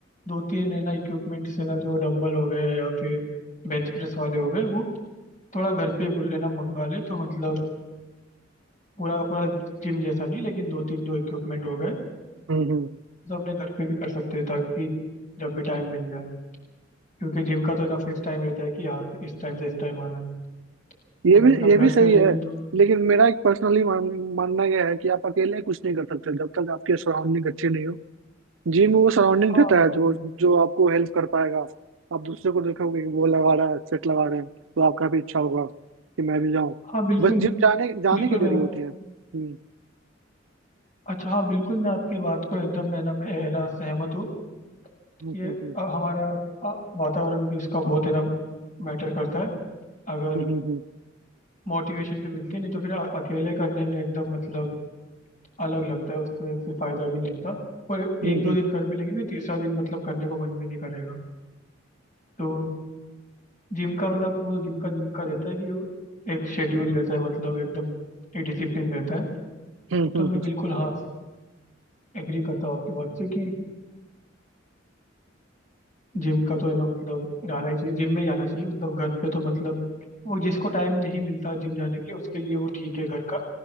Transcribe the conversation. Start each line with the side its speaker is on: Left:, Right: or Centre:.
Left: दो तीन है ना इक्विपमेंट्स है ना जो डंबल हो गए या फिर बेंच प्रेस वाले हो गए वो थोड़ा घर पे ही बुल- है ना मंगा ले तो मतलब पूरा पूरा जिम जैसा नहीं लेकिन दो तीन जो इक्विपमेंट हो गए
Right: हम्म हम्म।
Left: तो अपने घर पे भी कर सकते हैं ताकि जब भी टाइम मिल जाए क्योंकि जिम का तो है ना फिक्स टाइम रहता है कि यहाँ से इस टाइम से इस टाइम आना है
Right: ये
Left: तो
Right: भी
Left: मतलब
Right: ये
Left: घर
Right: भी सही
Left: पे रहेंगे
Right: है
Left: तो
Right: लेकिन मेरा एक पर्सनली मानना यह है कि आप अकेले कुछ नहीं कर सकते जब तक आपके सराउंडिंग अच्छे नहीं हो जिम में वो सराउंडिंग
Left: हाँ
Right: रहता है
Left: बिल्कुल
Right: जो जो आपको हेल्प कर पाएगा आप दूसरे को देखोगे कि वो लगा रहा है सेट लगा रहे हैं तो आपका भी इच्छा होगा कि मैं भी जाऊं
Left: हाँ बिल्कुल
Right: बस जिम जाने जाने
Left: बिल्कुल
Right: की देरी
Left: मैं
Right: होती है हम्म
Left: अच्छा हाँ बिल्कुल मैं आपकी बात को एकदम मैं ना मैं है ना सहमत हूँ
Right: हम्म
Left: ये
Right: हम्म
Left: अ, हमारा अ, वातावरण भी उसका बहुत है ना मैटर करता है अगर
Right: हम्म हम्म
Left: मोटिवेशन भी मिलती है नहीं तो फिर अ- अकेले करने में एकदम मतलब अलग लगता है उसमें फिर फायदा भी नहीं होता पर
Right: हम्म
Left: एक दो दिन कर भी लेंगे फिर तीसरा दिन मतलब करने को मन भी नहीं करेगा तो जिम का मतलब वो तो जिम का जिम का रहता है कि वो एक शेड्यूल रहता है मतलब एकदम एक डिसिप्लिन रहता है
Right: हम्म
Left: तो
Right: हम्म
Left: मैं बिल्कुल हाँ एग्री करता हूँ आपकी बात से कि जिम का तो है ना मतलब जाना ही चाहिए जिम में जाना चाहिए मतलब घर पे तो मतलब वो जिसको टाइम नहीं मिलता जिम जाने के लिए उसके लिए वो ठीक है घर का